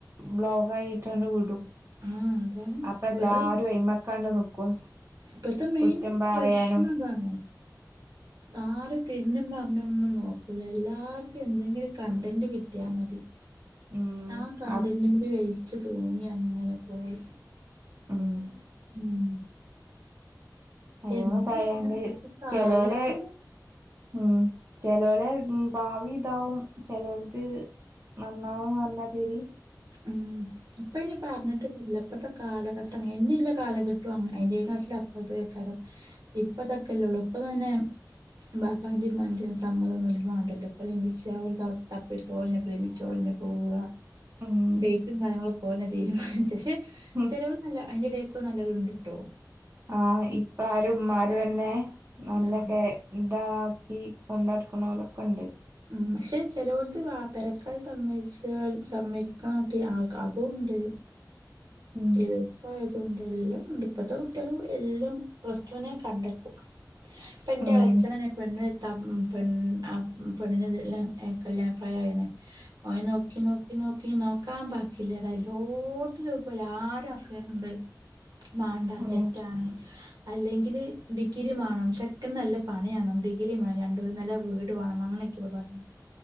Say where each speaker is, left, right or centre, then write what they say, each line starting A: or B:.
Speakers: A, on the right; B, on the right.
A: ബ്ലോഗ ആായിട്ടാണ്ട് വിടും
B: ആ അതാണ്
A: അപ്പ
B: ഇപ്പത്തെ
A: എല്ലാരും അ്യ്മക്കണ്ട് നിക്കും
B: ഇപ്പത്തെ മെയിൻ
A: കുറ്റം പറയാനും
B: പ്രശ്നം അതാണ്
A: <inaudible>
B: ആരും തിരിഞ്ഞും മറഞ്ഞൊന്നും നോക്കൂല്ല എല്ലാവർക്കും എന്തെങ്കിലും കണ്ടൻറ് കിട്ടിയാൽ മതി
A: <inaudible>
B: ആ കണ്ടടുമല്
A: അപ്
B: വലിച്ചു തൂങ്ങി അങ്ങനെ പോവും
A: ആഹ്
B: ഉം
A: അയിമതായാണ്ട്
B: എന്ത ഇപ്പത്തെ കാലത്ത്
A: ചെലോലെ ഉം ചെലോലെ ഭാവി ഇതാവും ചിലർക്ക് നന്നാവും പറഞ്ഞാ തീരി
B: ഉം ഇപ്പ അയിന് പറഞ്ഞിട്ട് ഇല്ലപ്പഴത്തെ കാലഘട്ടം അങ്ങനെ ഇഞ്ഞിലെ കാലഘട്ടം അതിന്റെകാറ്റും അപ്പത്തെക്കാരം ഇപ്പതൊക്കല്ലേള്ളൂ ഇപ്പൊ തന്നെ ബാപ്പാന്റെ ഇമ്മന്റിം സമ്മതം മാണ്ടല്ലോ പ്രേമിച്ച ഓള് തപ്പിട്ടുത്തോ പ്രേമിച്ചോളനെ പോവ
A: ഉം
B: ഡേറ്റും കാര്യങ്ങളൊക്കെ ഒന്നെ തീരുമാനിച്ച പക്ഷെ
A: ഉം
B: ചെലർ നല്ല അതിന്റെറെ ഇടക്കും നല്ലത്ണ്ട്ട്ടോ
A: ആഹ് ഇപാറും ഇമാരുംന്നെ നല്ലൊ
B: ആ
A: ക്കെ ഇതാക്കി കൊണ്ടടകുന്നൊലൊക്കെ ഇണ്ട്
B: ഉം ക്ഷെ ചെലോൽത് വാ പെരക്കാര് സമ്മയ്ച്ചാൽ സമ്മയ്ക്കണ പി ആൾ ക്കതുണ്ട്
A: ഉം
B: ഇത്പ്പ എ തുണ്ട് എല്ലൂണ്ട് ഇപ്പത്തെ കുട്ട്യെള് എല്ലും പ്ലസ് ടു ന്നെ കണ്ടെക്കും. പ്പന്റെ
A: ഉം
B: ളച്ചന്നെന്നെ പെണ്ണ് ത്തപ് പെൺ അപ് പെണ്ണ്ൻ്റെതില് ല്ലാം എഹ് കല്യാണപ്രായായീണ്. ഓൻ നോക്കി നോ ക്കി നോക്കി നോക്കാം ബാക്കില്ല തലോട്ത്തു തേപോ യാരെ അഫെയറ്ണ്ട്. മാണ്ട
A: ഉം
B: സെറ്റാണ്. അല്ലെങ്കില് ഡിഗ്രി മാണം ചെക്കൻ നല്ല പണ്യാണം ഡിഗ്രി മാ രണ്ട് നെല വീട് വാണം. അങ്ങനെക്കാണ് പർഞ്ഞേ